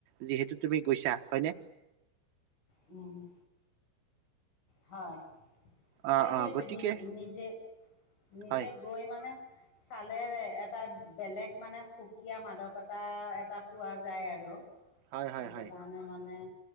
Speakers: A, on the right (about 65°); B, on the left (about 80°).
A: যিহেতু তুমি গৈছা হয়নে?
B: উম, হয়
A: অ
B: সেইটোৱ,
A: অ
B: সেইটো
A: গতিকে
B: নিজ, নিজে, নিজে
A: হয়
B: গৈ মানে চালে এটা বেলেগ মানে সুকীয়া মাদকতা এটা পোৱা যায় আৰু।
A: হয় হয়
B: সেইটো
A: হয়
B: কাৰণে মানে